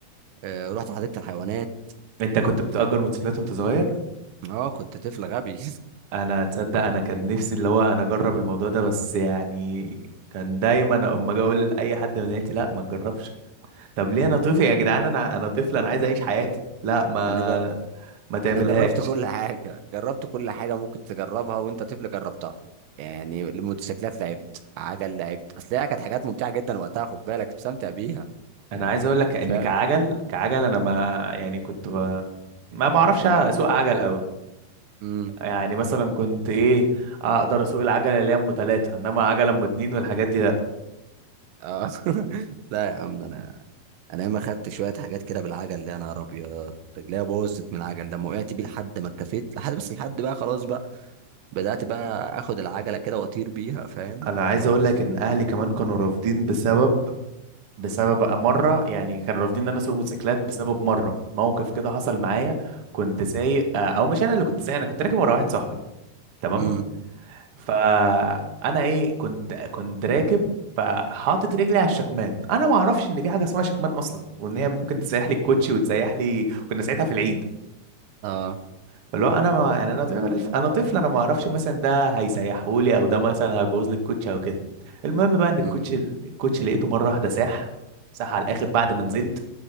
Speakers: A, on the right; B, on the right.
A: آه رحت حديقه الحيوانات
B: انت كنت بتأجر موتوسيكلات وانت صغير
A: اه كنت طفل غبي
B: انا تصدق انا كان نفسي اللي هو انا اجرب الموضوع ده بس يعني كان دايما اما اجي اقول لاي حد من عيلتي لا ما تجربش طب ليه انا طفل يا جدعان انا انا طفل انا عايز اعيش حياتي لا
A: <laughs>
B: ما
A: انا جر...
B: ما تعملهاش
A: انا جربت كل حاجه جربت كل حاجه ممكن تجربها وانت طفل جربتها يعني الموتوسيكلات لعبت عجل لعبت اصل هي كانت حاجات ممتعه جدا وقتها خد بالك كنت بستمتع بيها
B: انا عايز اقول لك ان
A: أنت فاهم
B: كعجل كعجل انا ما يعني كنت ب... ما بعرفش اسوق عجل قوي
A: امم
B: يعني مثلا كنت ايه اقدر اسوق العجله اللي هي ام ثلاثه انما عجله ام اتنين والحاجات دي لا
A: اه <laughs> لا يا عم ده انا انا ياما خدت شويه حاجات كده بالعجل اللي انا نهار ابيض رجليا بوظت من العجل ده ما وقعت بيه لحد ما اتكفيت لحد بس لحد بقى خلاص بقى بدات بقى اخد العجله كده واطير بيها فاهم
B: انا عايز
A: خلاص
B: اقول لك ان اهلي كمان كانوا رافضين بسبب بسبب بقى مرة يعني كانوا رافضين ان انا اسوق موتوسيكلات بسبب مرة موقف كده حصل معايا كنت سايق آه، او مش انا اللي كنت سايق انا كنت راكب ورا واحد صاحبي تمام
A: امم
B: فانا ايه كنت كنت راكب فحاطط رجلي على الشكمان انا ما اعرفش ان في حاجه اسمها شكمان اصلا وان هي ممكن تسيح لي الكوتشي وتسيح لي كنا ساعتها في العيد
A: اه
B: فاللي هو انا ما... يعني انا طفل انا طفل انا ما اعرفش مثلا ده هيسيحه لي او ده مثلا هيبوظ لي الكوتشي او كده المهم بقى ان الكوتشي
A: امم
B: الكوتشي لقيته مره واحده ساح صح على الاخر بعد ما نزلت